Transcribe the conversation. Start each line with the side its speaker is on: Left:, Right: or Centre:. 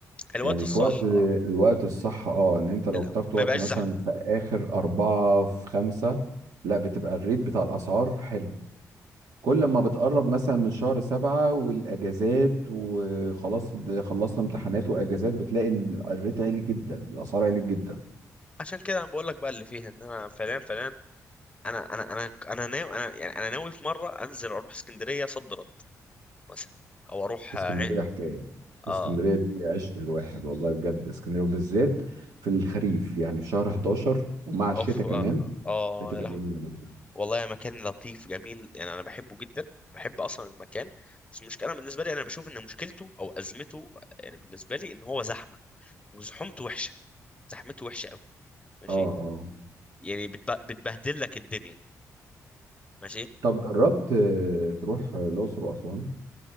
Left: الوقت
Right: يعني
Left: الصح
Right: في وقت
Left: اه
Right: الوقت الصح اه ان انت لو
Left: ال-
Right: اخترت
Left: ما
Right: وقت
Left: بقاش
Right: مثلا
Left: زحمة
Right: في اخر اربعة في خمسة لا بتبقى الريت بتاع الاسعار حلو كل ما بتقرب مثلا من شهر سبعة والاجازات وخلاص د- خلصنا امتحانات واجازات بتلاقي ان الريت عالي جدا الاسعار عالي جدا
Left: عشان كده انا بقول لك بقى اللي فيها ان انا فعليا فعليا انا انا انا انا ناوي انا يعني انا ناوي في مره انزل اروح اسكندريه صد رد مثلا او اروح
Right: اسكندريه
Left: آه، عين
Right: حكايه
Left: اه
Right: اسكندريه دي عشق الواحد والله بجد اسكندريه وبالذات في الخريف يعني في شهر 11 ومع الشتاء
Left: اوف اه,
Right: كمان
Left: آه
Right: بتبقى
Left: يا لهوي
Right: جميله جدا
Left: والله مكان لطيف جميل يعني انا بحبه جدا بحب اصلا المكان بس المشكله بالنسبه لي انا بشوف ان مشكلته او ازمته يعني بالنسبه لي ان هو زحمه وزحومته وحشه زحمته وحشه قوي ماشي
Right: اه اه
Left: يعني بتب- بتبهدل لك الدنيا ماشي
Right: طب جربت آه، تروح الاقصر واسوان